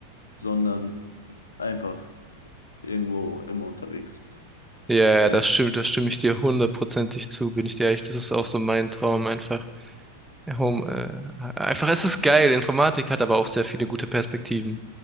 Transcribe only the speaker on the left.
sondern einfach irgendwo immer unterwegs bin.
Ja,